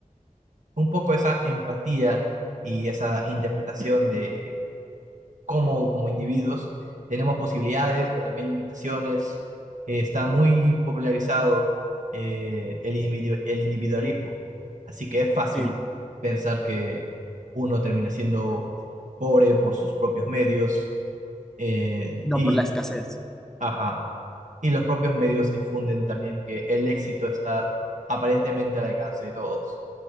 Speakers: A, on the right; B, in the centre.
A: un poco esa empatía y esa interpretación de como, como individuos. Tenemos posibilidades, pero también limitaciones. Eh, está muy popularizado eh, el individu- el individualismo. Así que es fácil
B: sí,
A: pensar que uno termina siendo pobre por sus propios medios. eh,
B: no
A: y,
B: por la escasez.
A: ajá, y los propios medios difunden también que el éxito está aparentemente al alcance de todos,